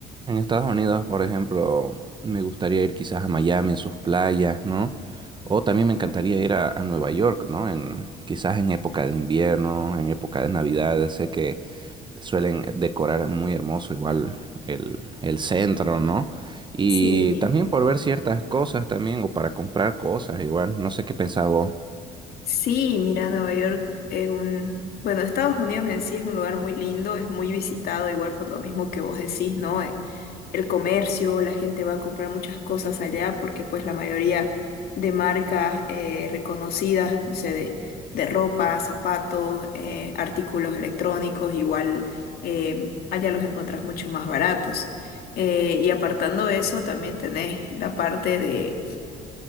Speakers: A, on the right (about 25°); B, on the left (about 65°).
A: En Estados Unidos, por ejemplo, me gustaría ir quizás a Miami, a sus playas, ¿no? O también me encantaría ir a, a Nueva York, ¿no? En, quizás en época de invierno, en época de Navidad. Sé que suelen decorar muy hermoso igual el, el centro, ¿no? Y
B: Sí.
A: también por ver ciertas cosas también, o para comprar cosas igual. No sé qué pensaba vos.
B: Sí, mira, Nueva York es un, bueno, Estados Unidos en sí es un lugar muy lindo, es muy visitado, igual por lo mismo que vos decís, ¿no? Eh, El comercio, la gente va a comprar muchas cosas allá porque pues la mayoría de marcas eh, reconocidas, no sé, de, de ropa, zapatos, eh, artículos electrónicos, igual eh, allá los encontrás mucho más baratos. Eh, y apartando eso, también tenés la parte de